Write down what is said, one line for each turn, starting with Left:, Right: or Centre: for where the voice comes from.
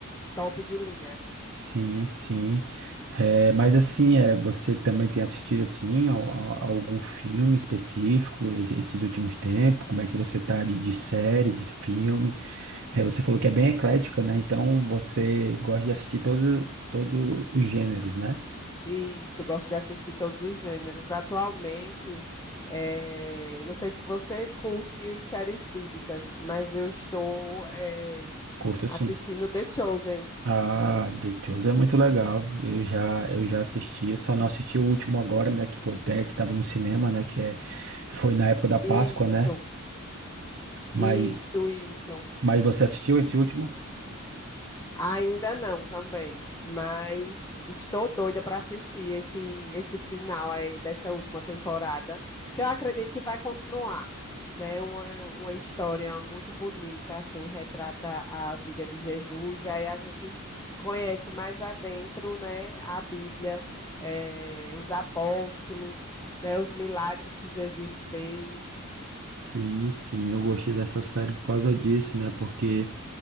Left: top de linha.
Right: Sim, sim. É, mas assim, é, você também tem assistido assim a, a- a algum filme específico e- esses últimos tempos? Como é que você tá de, de série, de filme? É, você falou que é bem eclética, né? Então você gosta de assistir todo, todo os gêneros, né?
Left: Isso, gosto de assistir todos os gêneros. Atualmente, eh, não sei se você curte séries bíblicas, mas eu estou, eh,
Right: Curto assim.
Left: assistindo The Chosen.
Right: Ah, The Chosen é muito legal. Eu já, eu já assisti, eu só não assisti o último agora, né? Que foi até que tava no cinema, né? Que é, foi na época da Páscoa,
Left: Isso,
Right: né? Mas,
Left: isso, isso.
Right: mas você assistiu esse último?
Left: Ainda não também, mas estou doida para assistir esse esse final aí dessa última temporada, que eu acredito que vai continuar, né? Uma, uma história muito bonita, assim, retrata a vida de Jesus. Aí a gente conhece mais adentro, né? A Bíblia, eh, os apóstolos, né? Os milagres que Jesus fez.
Right: Sim, sim, eu gostei dessa série por causa disso, né? Porque